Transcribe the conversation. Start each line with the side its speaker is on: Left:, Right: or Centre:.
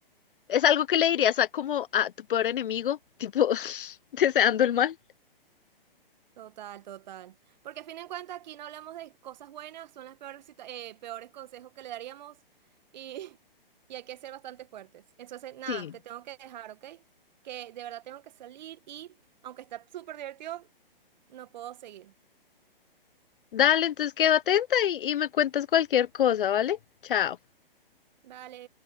Left: es algo que le dirías a como a tu peor enemigo, tipo <laughs> deseando el mal.
Right: Total, total. Porque a fin de cuentas aquí no hablamos de cosas buenas, son las peores, situa- eh, peores consejos que le daríamos y, <laughs> y hay que ser bastante fuertes. Entonces, nada,
Left: Sí.
Right: te tengo que dejar, ¿ok? Que de verdad tengo que salir y aunque está súper divertido, no puedo seguir.
Left: Dale, entonces quedo atenta y, y me cuentas cualquier cosa, ¿vale? Chao.
Right: Vale.